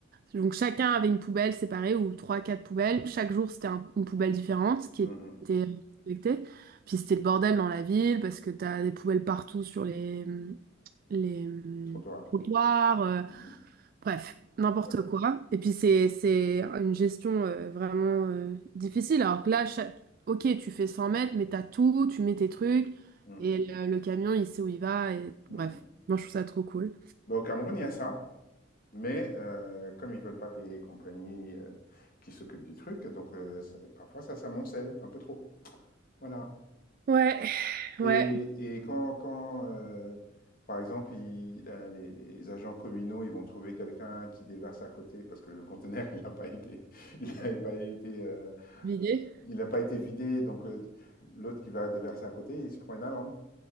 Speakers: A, on the right (about 45°); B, on the left (about 45°).
A: donc chacun avait une poubelle séparée ou trois, quatre poubelles. Chaque jour c'était un- une poubelle différente qui
B: Mhm.
A: était euh, collectée. Puis c'était le bordel dans la ville parce que t'as des poubelles partout sur les, les euh,
B: Trottoir.
A: trottoirs. euh,
B: Mhm.
A: Bref, n'importe
B: Ouais.
A: quoi. Et puis c'est c'est une gestion euh, vraiment euh, difficile. Alors que là, cha- ok, tu fais 100 mètres, mais t'as tout, tu mets tes trucs,
B: Mhm.
A: et le, le camion, il sait où il va. Et...
B: Mhm.
A: Bref, moi, je trouve ça trop cool.
B: Bah, au Cameroun il y a ça. Mais euh, comme ils veulent pas payer les compagnies euh, qui s'occupent du truc, donc euh, ça- parfois ça s'amoncelle un peu trop. Voilà.
A: Ouais, ouais,
B: Ouais. Et, et quand, quand euh, par exemple, il- la- les agents communaux, ils vont trouver quelqu'un qui déverse à côté parce que le conteneur, <laughs> il n'a pas été, <laughs> il n'avait pas été, euh,
A: l'idée.
B: il n'a pas été vidé, donc euh, l'autre qui va déverser à côté, il se prend une amende.